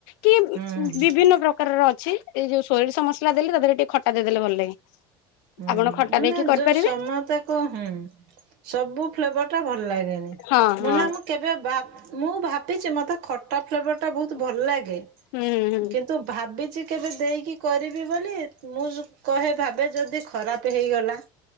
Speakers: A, on the left; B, on the right.
A: କି
B: ହୁଁ ହୁଁ
A: ବିଭିନ୍ନ ପ୍ରକାରର ଅଛି। ଏଇ ଯୋଉ ସୋରିଷ ମସଲା ଦେଲି, ତା ଦେହରେ ଟିକେ ଖଟା ଦେଇ ଦେଲେ ଭଲ ଲାଗେ।
B: ହୁଁ
A: ଆପଣ
B: ହୁଁ
A: ଖଟା
B: ମାନେ
A: ଦେଇକି କରିପାରିବେ
B: ଯୋଉ ସମୟତା କୁ ହୁଁ ସବୁ ଫ୍ଲେଭରଟା ଭଲ ଲାଗେନି
A: ହଁ ହଁ
B: ମୁଁ ନା ମୁଁ କେବେ ମୁଁ ଭାବିଛି ମୋତେ ଖ ଟା ଫ୍ଲେଭର ଟା ବହୁତ ଭଲ ଲାଗେ
A: ହୁଁ ହୁଁ
B: କିନ୍ତୁ ଭାବିଚି। କେବେ ଦେଇକି କରିବି ବୋଲି ମୁଁ କହେ ଭାବେ ଯଦି ଖରାପ ହେଇଗଲା।